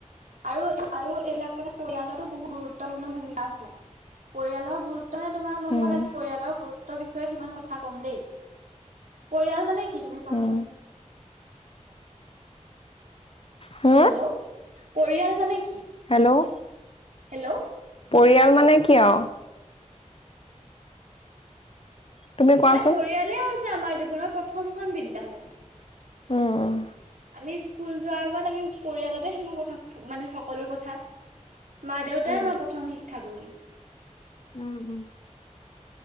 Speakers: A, on the right; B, on the left.
A: আৰু আৰু এইবিলাক কথা পৰিয়ালতো বহুত গুৰুত্বপূৰ্ণ ভূমিকা আছে পৰিয়ালৰ গুৰুত ানে তোমাৰ মই
B: উম,
A: তোমাক আজি পৰিয়ালৰ গুৰুত্বৰ বিষয়ে কিছুমান কথা ক'ম দেই পৰিয়াল মানে কি তুমি কোৱাচোন
B: উম,
A: মোক
B: হ
A: হেল্ল' পৰিয়াল মানে কি
B: হেল্ল'
A: হেল্ল'
B: পৰিয়াল মানে কিয় তুমি কোৱাচোন
A: মানে পৰিয়ালেই হৈছে আমাৰ জীৱনৰ প্ৰথমখন বিদ্যয়ালয়
B: উম
A: আমি স্কুল যোৱাৰ আগত আমি পৰিয়ালতে শিকো কথা মানে সকলো কথা মা দেউতাই
B: উম,
A: মই প্ৰথম শিক্ষা কৰোম
B: উম উম